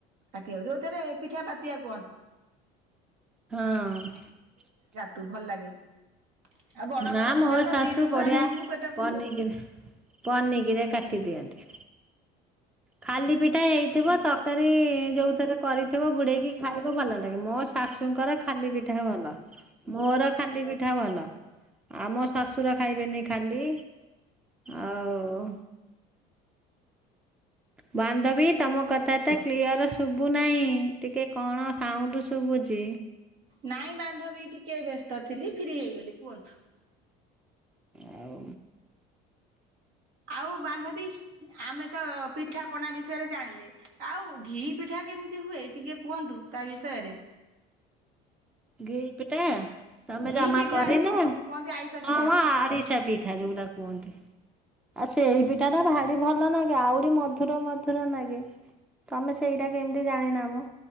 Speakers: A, on the right; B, in the centre.
A: କାଟିବାକୁ। ଯୋଉଥିରେ ପିଠା ପାତିଆ କୁହନ୍ତି।
B: ହଁ।
A: ଟୁ ଭଲ ଲାଗେ। ଆଉ ବଡ ବଡ
B: ନା
A: ମୁଣ୍ଡା
B: ମୋ
A: ତ
B: ଶାଶୁ
A: ଦିରେ ମୁଣ୍ଡା
B: ବଢିଆ
A: ନେଇଯିବୁ ପେଟ ଫୁଲୁ।
B: ପନିକିରେ ପନିକିରେ କାଟି ଦିଅନ୍ତି। ଖାଲି ପିଠା ହେଇଥିବ, ତରକାରୀ ଯୋଉଥିରେ କରିଥିବ ବୁଡେଇକି ଖାଇବ ଭଲ। ଭଲ ଲାଗେ। ମୋ ଶାଶୁଙ୍କର ଖାଲି ପିଠା ଭଲ। ମୋର ଖାଲି ପିଠା ଭଲ। ଆଉ ମୋ ଶଶୁର ଖାଇବେନି ଖାଲି। ଆଉ! ବାନ୍ଧବୀ ତମ କଥା ଏତେ କ୍ଲିୟର ଶୁଭୁ ନାହିଁ। ଟିକେ କଣ ସାଉଣ୍ଡ ଶୁୁ ବୁଚି।
A: ନାଇଁ ବାନ୍ଧବୀ ଟିକେ ବ୍ୟସ୍ତ ଥିଲି ଫ୍ରୀ ହେଇଗଲି କୁହନ୍ତୁ।
B: ଆଉ,
A: ଆଉ ବାନ୍ଧବୀ ଆମେ ତ ପିଠା ପଣା ବିଷୟରେ ଜାଣିଲେ। ଆଉ ଘି ପିଠା କେମିତି ହୁଏ ଟିକେ କୁହନ୍ତୁ ତା ବିଷୟ ରେ।
B: ଗିର ପିଟା। ତମେ
A: ଘି
B: ଜମା
A: ପିଠା
B: କରିନ?
A: ଯୋଉ କହନ୍ତି ଆଇଁଷ ପିଠା।
B: ହମ ଆରିସା ପିଠା ଯୋଉଗୁଡା କୁହନ୍ତି। ଆଉ ସେଇ ପିଠା ଟା ଭାରି ଭଲ ନାଗେ। ଆହୁରି ମଧୁର ମଧୁର ଲାଗେ। ତମେ ସେଇଟା କେମିତି ଜାଣିନା ମ?